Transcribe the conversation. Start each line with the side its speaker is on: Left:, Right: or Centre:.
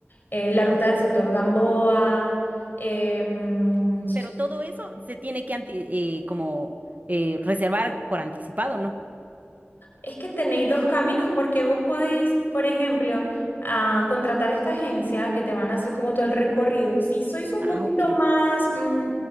Left: eh, la ruta del sector Gamboa, em,
Right: Pero todo eso se tiene que anti- eh, como eh, reservar por anticipado, ¿no?
Left: Es que tenéis dos caminos porque vos podéis, por ejemplo, a contratar a esta agencia que te van a hacer como todo el recorrido. Si sois un
Right: Ah,
Left: poquito
Right: ok.
Left: más, mm,